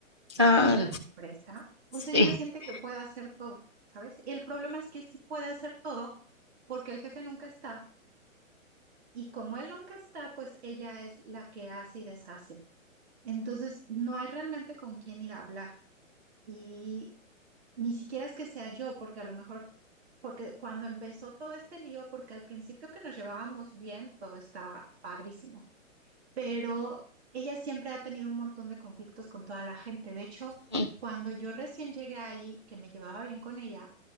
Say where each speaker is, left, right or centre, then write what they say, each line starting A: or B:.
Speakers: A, on the right; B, on the right.
A: del
B: Ah,
A: dueño de la empresa, pues ella
B: <laughs>
A: siente que puede hacer todo, ¿sabes? Y el problema es que sí puede hacer todo porque el jefe nunca está. Y como él nunca está, pues ella es la que hace y deshace. Entonces, no hay realmente con quién ir a hablar. Y ni siquiera es que sea yo, porque a lo mejor, porque cuando empezó todo este lío, porque al principio que nos llevábamos bien, todo estaba padrísimo, pero ella siempre ha tenido un montón de conflictos con toda la gente. De hecho,
B: sí.
A: cuando yo recién llegué ahí, que me llevaba bien con ella,